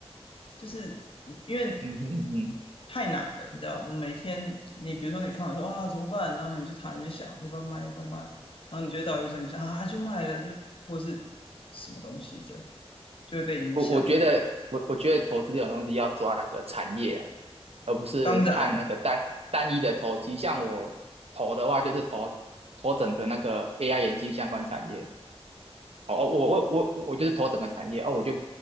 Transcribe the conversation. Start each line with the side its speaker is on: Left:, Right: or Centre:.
Left: 就是因为。
Right: 嗯哼嗯哼。
Left: 太难了，你知道，我每天你比如说你看完说啊怎么办，然后你就躺在那边想要不要卖要不要卖，然后你就会到一个时候你想啊就卖了就或是什么东西的，就会被影响。
Right: 我我觉得我我觉得投资这种东西要抓那个产业啊，而不是看那个单单一的投机。
Left: 当然，
Right: 像我投的话，就是投投整个那个 AI 眼镜相关产业。哦，哦我我我我就是投整个产业哦，我就